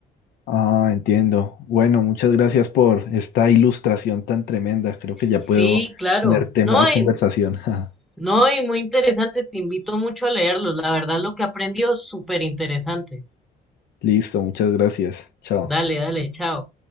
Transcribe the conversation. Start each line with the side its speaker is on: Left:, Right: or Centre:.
Left: Ah, entiendo. Bueno, muchas gracias por esta ilustración tan tremenda. Creo que ya
Centre: Sí,
Left: puedo
Centre: claro.
Left: tener tema
Centre: No,
Left: de
Centre: y
Left: conversación. <laughs>
Centre: No, y muy interesante, te invito mucho a leerlos. La verdad, lo que aprendió es súper interesante.
Left: Listo, muchas gracias. Chao.
Centre: Dale, dale, chao.